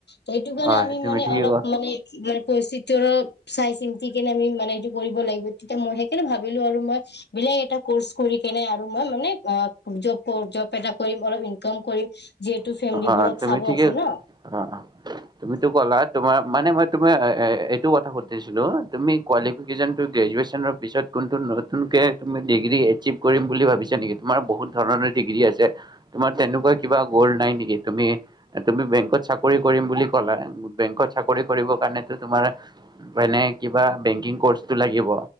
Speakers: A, on the left (about 85°); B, on the right (about 25°).
A: সেইটো কাৰণে
B: হয়
A: আমি
B: তুমি
A: মানে
B: ঠিকে
A: অলপ মানে <unintelligible> পৰিস্থিতি অলপ চাই চিন্তি কেনে আমি মানে সেইটো কৰিব লাগিব, তেতিয়া মই সেইকাৰণে ভাবিলো আৰু মই বেলেগ এটা কৰ্চ কৰি কেনে আৰু মই মানে অ জব কৰোঁ। জব এটা কৰিম। অলপ ইনকাম কৰিম। যিহেতু
B: অ',
A: ফেমলীবোৰক
B: তুমি
A: চাব
B: ঠিকে
A: আছে ন।
B: অ', তুমিতো কলা তোমাৰ মানে মই তুমি এ এইতো <unintelligible> কথা সুধিছিলোঁ তুমি কোৱালিফিকেচন টো গ্ৰেজুৱেচনৰ পিছত কোনটো নতুন কে তুমি ডিগ্ৰী এচিভ কৰিম বুলি ভাবিছা নেকি? তোমাৰ বহুত ধৰণৰ ডিগ্ৰী আছে। তোমাৰ তেনেকুৱা কিবা গ'ল নাই নেকি তুমি তুমি বেংকত চাকৰি কৰিম বুলি কলা। বেংকত চাকৰি কৰিব কাৰনেটো তোমাৰ মানে কিবা বেংকিং কোৰ্চ টো লাগিব।